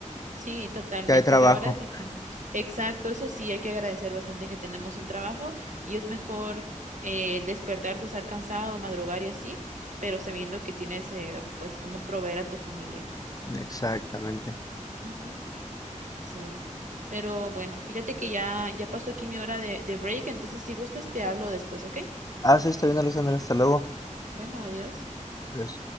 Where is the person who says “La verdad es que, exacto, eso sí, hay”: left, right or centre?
Right